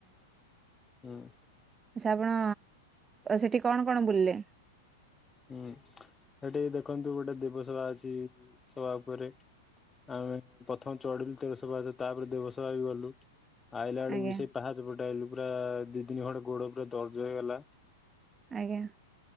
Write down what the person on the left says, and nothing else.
ହୁଁ।
ହୁଁ ସେଠି ଦେଖନ୍ତୁ ଗୋଟେ ଦେବସଭା ଅଛି ସଭା ଉପରେ ଆମେ ପ୍ରଥମେ ଚଢିଲୁ ତେରସହ ପାହାଚ ତାପରେ ଦେବସଭା ବି ଗଲୁ। ଆଇଲା ବେଳକୁ
ବି ସେଇ ପାହାଚ ପଟ ଆଇଲୁ ପୁରା ଦି ଦିନି ଖଣ୍ଡେ ଗୋଡ ପୁରା ଦରଜ ହେଇଗଲା।